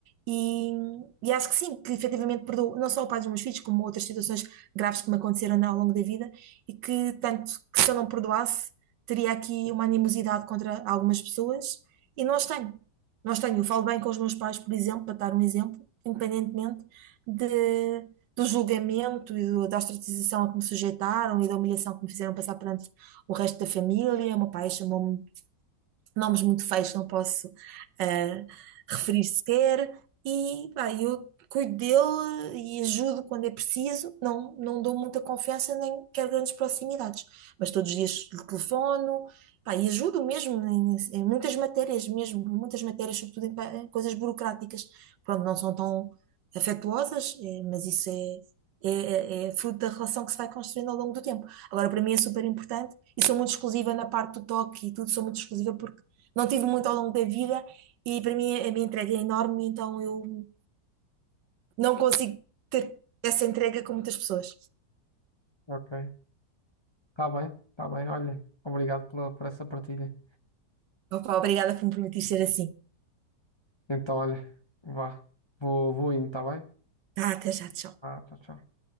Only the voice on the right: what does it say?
e, e acho que sim, que efetivamente perdoo não só o pai dos meus filhos, como outras situações graves que me aconteceram ao longo da vida e que tanto que se eu não perdoasse, teria aqui uma animosidade contra algumas pessoas e não as tenho, não as tenho. Eu falo bem com os meus pais, por exemplo, para dar um exemplo, independentemente de do julgamento e do- da ostracização a que me sujeitaram e da humilhação que me fizeram passar perante o resto da família, o meu pai chamou-me nomes muito feios que não posso eh, referir sequer, e pá, eu cuido dele e ajudo quando é preciso, não, não dou muita confiança nem quero grandes proximidades, mas todos os dias lhe telefono, pá, e ajudo mesmo em, em muitas matérias mesmo, em muitas matérias, sobretudo em, pa- em coisas burocráticas, pronto, não são tão afetuosas, eh, mas isso é... É, é- é fruto da relação que se vai construindo ao longo do tempo. Agora, para mim é super importante e sou muito exclusiva na parte do toque e tudo, sou muito exclusiva porque não tive muito ao longo da vida e para mim a minha entrega é enorme, então eu não consigo ter essa entrega com muitas pessoas.
Opa, obrigada por me permitir ser assim.
Tá, até já, tchau.